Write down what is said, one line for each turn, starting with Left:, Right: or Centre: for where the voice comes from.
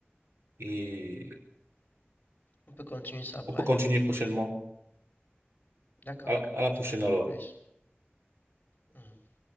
Right: et
Left: On peut continuer ça après.
Right: on peut continuer prochainement.
Left: D'accord.
Right: À la, à la prochaine
Left: Ciao.
Right: alors.
Left: À plus. Mhm.